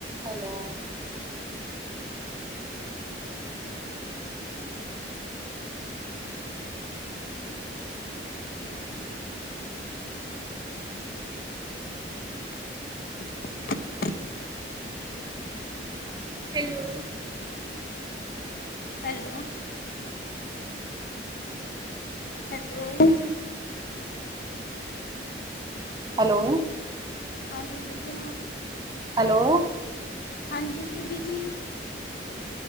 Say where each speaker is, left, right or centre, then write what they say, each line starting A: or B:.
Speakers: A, on the right; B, on the left.
A: Hello hello
B: hello hello
A: hello
B: हँ दीदी जी
A: हलो
B: हँ जी दीदी जी